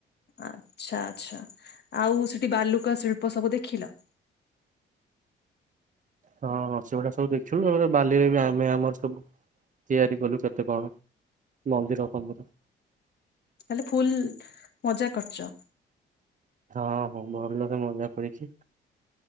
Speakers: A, on the left; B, on the right.
A: ଆଚ୍ଛା ଆଛା ଆଉ ସେଠି ବାଲୁକା ଶିଳ୍ପ ସବୁ ଦେଖିଲ?
B: ହଁ ହଁ ସେଗୁଡା ସବୁ ଦେଖିଲୁ ଏ ବାଲିରେ ବି ଆମେ ଆମର ସବୁ। ତିଆରି କଲୁ କେତେ କଣ ମନ୍ଦିର ଫନ୍ଦିର।
A: ତା ହେଲେ ଫୁଲ ମଜା କରିଚ୍।
B: ହଁ ହଁ ଭଲ ଭଲ ରେ ମଜା କରିକି